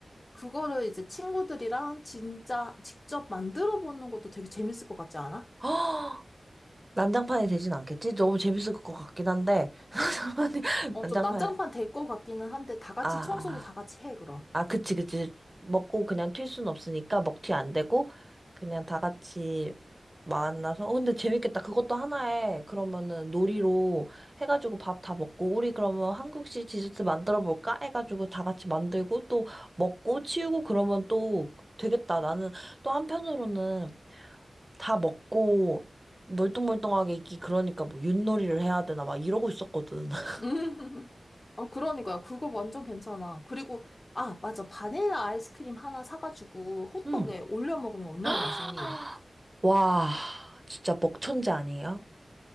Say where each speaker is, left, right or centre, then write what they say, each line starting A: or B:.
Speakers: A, on the left; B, on the right.
A: 그거를 이제 친구들이랑 진짜 직접 만들어 보는 것도 되게 재밌을 것 같지 않아?
B: <gasps> 어, 난장판이 되진 않겠지? 너무 재밌을 것 같긴 한데. <laughs> 아니,
A: 어,
B: 난장판,
A: 좀 난장판 될 것 같기는 한데 다 같이
B: 아,
A: 청소도 다 같이 해, 그럼.
B: 아, 그치, 그치. 먹고 그냥 튈 순 없으니까 먹튀 안 되고, 그냥 다 같이 만나서. 어, 근데 재밌겠다. 그것도 하나에, 그러면은 놀이로 해가지고 밥 다 먹고, 우리 그러면 한국식 디저트 만들어 볼까? 해가지고 다 같이 만들고, 또 먹고, 치우고, 그러면 또 되겠다. 나는 또 한편으로는 다 먹고 멀뚱멀뚱하게 있기 그러니까 뭐 윷놀이를 해야 되나 막 이러고 있었거든. <laughs>
A: <laughs> 어, 그러니까요. 그거 완전 괜찮아. 그리고, 아, 맞아. 바닐라 아이스크림 하나 사가지고 호떡에
B: 응.
A: 올려 먹으면 얼마나
B: <gasps>
A: 맛있니?
B: 와, 진짜 먹천재 아니에요?